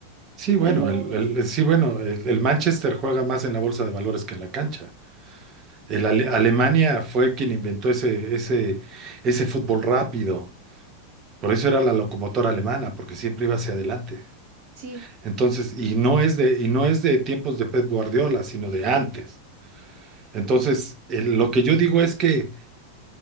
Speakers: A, on the right; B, on the right.
A: Sí, bueno,
B: Y los,
A: el, el- sí, bueno, el, el Manchester juega más en la bolsa de valores que en la cancha. El Ale- Alemania fue quien inventó ese, ese, ese fútbol rápido. Por eso era la locomotora alemana, porque siempre iba hacia adelante.
B: sí,
A: Entonces, y no es de, y no es de tiempos de Pep Guardiola, sino de antes. Entonces, el- lo que yo digo es que